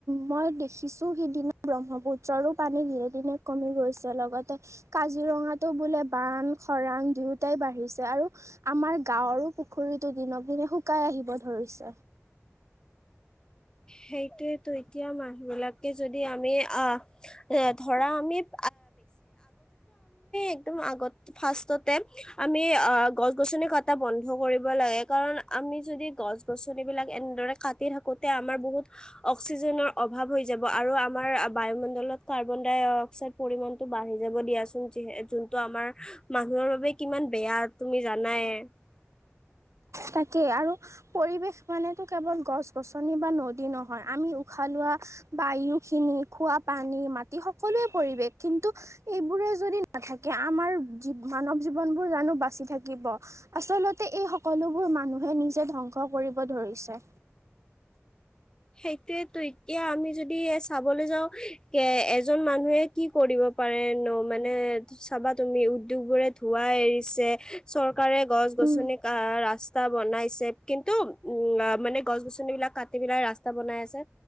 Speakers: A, on the right; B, on the left.
A: মই দেখিছো সিদিনা ব্ৰহ্মপুত্ৰৰো পানী দিনে দিনে কমি গৈছে লগতে কাজিৰঙাতো বোলে বান খৰাং দুয়োটাই বাঢ়িছে। আৰু আমাৰ গাঁওৰ পুখুৰীতো দিনক দিনে শুকাই আহিব ধৰিছে।
B: সেইটোয়েতো এতিয়া মানুহ বিলাকে যদি আমি আহ এ ধৰা আমি <inaudible> এটা বন্ধ কৰিব লাগে, কাৰণ আমি যদি গছ গছনি বিলাক এনেদৰে কাটি থাকোতে অক্সিজেনৰ অভাব হৈ যাব, আৰু আমাৰ বায়ুমণ্ডত কাৰ্বন ডাই অক্সাইড পৰিমাণ টো বাঢ়ি যাব দিয়াচোন। যি যোনটো আমাৰ মানুহৰ বাবে কিমান বেয়া তুমি জানাই? উ <unintelligible>
A: তাকেই আৰু পৰিৱেশ মানেতো কেৱল গছ গছনি বা নদী নহয়। আমি উশাহ লোৱা বায়ু খিনি খোৱা পানী মাটি সকলো পৰিৱেশ। কিন্তু এইবোৰে যদি নাথাকে আমাৰ মানৱ জীৱন বোৰ জানো বাচি থাকিব? আচলতে এই সকলোবোৰ মানুহে নিজে ধ্বংস কৰিব ধৰিছে।
B: সেইটোয়ো এতিয়া আমি যদি চাবলৈ যাও কে এজন মানুহে কি কৰিব মানে চাবা তুমি উদ্যোগ বোৰে ধোৱা এৰিছে ৰকাৰে গছ গছনি
A: উম
B: ৰাস স্তা বনাইছে কিন্তু উম মানে গছ গছনিবিলাক কাটি পেলাই ৰাস্ বনাই আছে